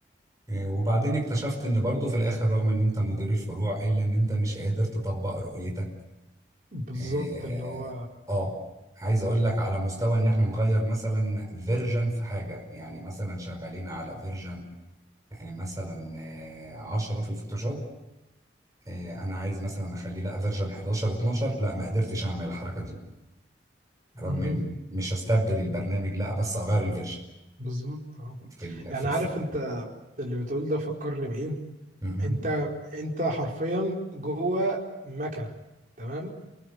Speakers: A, on the right; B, on the right.
A: آه، وبعدين اكتشفت ان برضه في الاخر رغم ان انت مدير الفروع الا ان انت مش قادر تطبق رؤيتك
B: بالظبط
A: اه
B: اللي هو
A: آه. عايز اقول لك على مستوى ان احنا نغير مثلا فيرجن في حاجه يعني مثلا شغالين على فيرجن آه، مثلا آه، 10 في الفوتوشوب آه، انا عايز مثلا اخليه لا فيرجن 11 12 لا ما قدرتش اعمل الحركه دي رغم
B: مم.
A: ان مش هستبدل البرنامج لا بس اغير الفيرجن
B: بالظبط اه
A: في ال
B: يعني
A: في الف...
B: عارف انت اللي بتقول ده فكرني بايه
A: مهم.
B: انت انت حرفيا جوه مكنه تمام